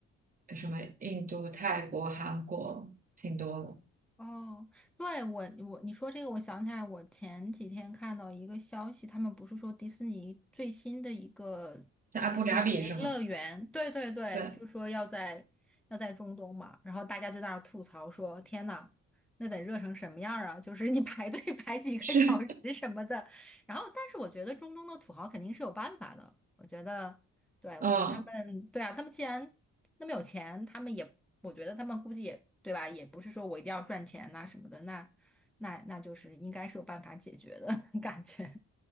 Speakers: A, on the right; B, in the centre.
A: 什么印度、泰国、韩国挺多的，
B: 哦，对，我我你说这个，我想起来，我前几天看到一个消息，他们不是说迪士尼最新的一个迪士尼乐园，
A: 在阿布扎比是吗？
B: 对对对，
A: 对，
B: 就说要在要在中东嘛，然后大家就在那儿吐槽说，天呐，那得热成什么样儿啊！就是你排队 <laughs> 排几个小时什么的。
A: 是，
B: 然后，但是我觉得中东的土豪肯定是有办法的，我觉得，对，
A: <laughs> 嗯。
B: 我觉得他们，对啊，他们既然那么有钱，他们也，我觉得他们估计也，对吧？也不是说我一定要赚钱呐、什么的，那那那就是应该是有办法解决的 <laughs> 感觉。